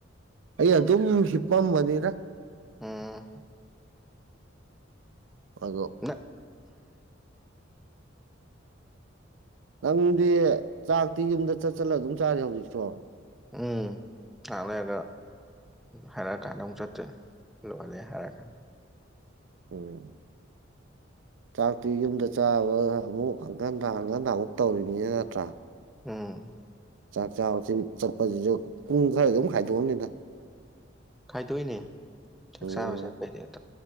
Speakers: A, on the right (about 70°); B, in the centre.
A: ꯑꯩꯌꯦ ꯑꯗꯨꯝ ꯁꯤꯞꯄꯝꯝꯕꯅꯤꯔ
B: ꯎꯝ
A: ꯑꯗꯣ
B: ꯅꯪ
A: ꯅꯪꯗꯤ ꯆꯥꯛꯇꯤ ꯌꯨꯝꯗ ꯆꯠ ꯆꯠꯂ ꯑꯗꯨꯝ ꯆꯥꯔꯦ ꯍꯧꯖꯤꯛꯁꯨꯣ
B: ꯎꯝ ꯉꯍꯥꯛ ꯂꯩꯔꯒ ꯍꯥꯏꯔꯛꯑꯀꯥꯟꯗ ꯑꯃꯨꯛ ꯆꯠꯇꯦ ꯍꯣꯦ ꯍꯥꯏꯔ ꯈꯥꯟ
A: ꯑꯣꯝ ꯆꯥꯛꯇꯤ ꯌꯨꯝꯗ ꯆꯥꯕ ꯑꯃꯨꯛ ꯍꯪꯀꯟꯗ ꯍꯟꯀꯟꯗ ꯑꯃꯨꯛ ꯇꯧꯔꯤꯅꯤꯅ ꯅꯠꯇ꯭ꯔꯥ
B: ꯎꯝ
A: ꯆꯥꯛ ꯆꯥꯁꯤ ꯆꯠꯄꯁꯤꯁꯨ ꯄꯨꯡ ꯈꯔꯗ ꯑꯗꯨꯝ ꯍꯥꯏꯗꯣꯛꯑꯅꯤꯗ
B: ꯈꯥꯏꯗꯣꯛꯅꯦ ꯆꯥꯛ
A: ꯎꯝ
B: ꯆꯥꯕ ꯆꯠꯄꯗꯤꯝ